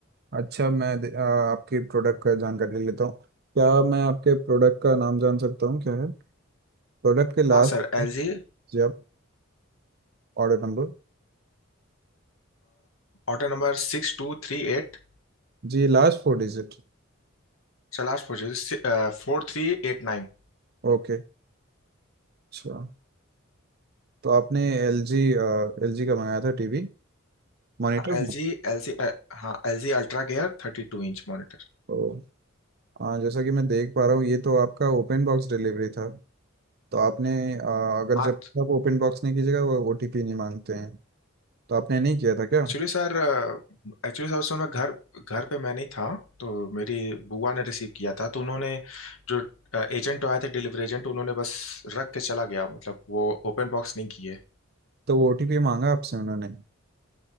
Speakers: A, on the right (about 50°); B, on the left (about 85°).
A: अच्छा मैं दे- आ, आपके प्रोडक्ट का जानकारी लेता हूँ क्या मैं आपके प्रोडक्ट का नाम जान सकता हूँ क्या है प्रोडक्ट के लास्ट
B: हाँ sir L G
A: जी आप ऑर्डर नंबर
B: Order number सिक्स टू थ्री एट
A: जी लास्ट फोर डिजिट
B: Last four फोर थ्री एट नाइन
A: ओके अच्छा तो आपने एल जी एल जी का मंगाया था टीवी मॉनिटर
B: एल जी L G हाँ L G ultra gear थर्टी टू inch monitor
A: ओ आ, जैसा कि मैं देख पा रहा हूँ ये तो आपका ओपन बॉक्स डिलीवरी था तो आपने आ, अगर
B: हाँ
A: जब आप ओपन बॉक्स नहीं कीजिएगा वो ओटीपी नहीं मांगते हैं तो आपने नहीं किया था क्या
B: एक्चुअली सर एक्चुअली सर उस समय घर घर पे मैं नहीं था तो मेरी बुआ ने रिसीव किया था तो उन्होंने जो एजेंट आए थे डिलीवरी एजेंट उन्होंने बस रख के चला गया मतलब वो ओपन बॉक्स नहीं किए
A: तो वो ओटीपी मांगा आपसे उन्होंने